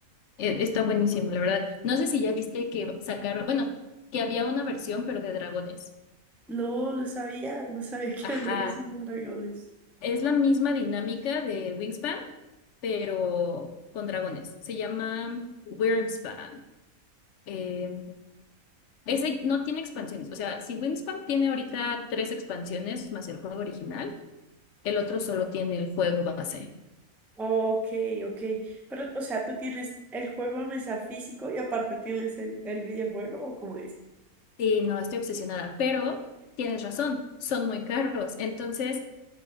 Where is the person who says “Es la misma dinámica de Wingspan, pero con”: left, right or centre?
Left